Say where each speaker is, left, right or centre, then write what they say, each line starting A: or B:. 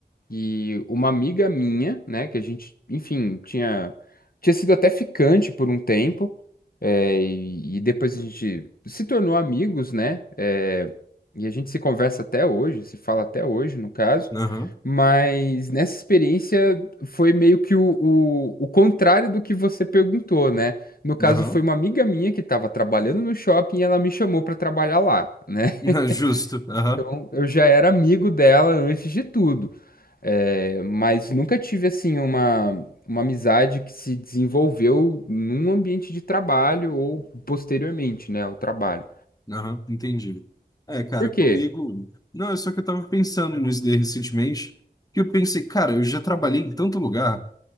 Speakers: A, on the left; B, on the left.
A: E uma amiga minha, né, que a gente, enfim, tinha, tinha sido até ficante por um tempo, é, e, e depois a gente se tornou amigos, né, é, e a gente se conversa até hoje, se fala até hoje, no caso,
B: Aham,
A: mas nessa experiência foi meio que o, o, o contrário do que você perguntou, né? No caso,
B: aham.
A: foi uma amiga minha que estava trabalhando no shopping e ela me chamou para trabalhar lá, né?
B: <laughs>
A: <laughs>
B: Justo. Aham,
A: Então, eu já era amigo dela antes de tudo. É, mas nunca tive assim uma, uma amizade que se desenvolveu num ambiente de trabalho ou posteriormente, né, ao trabalho.
B: aham. Entendi. É, cara,
A: Por quê?
B: comigo. Não, é só que eu tava pensando nisso daí recentemente, que eu pensei, cara, eu já trabalhei em tanto lugar.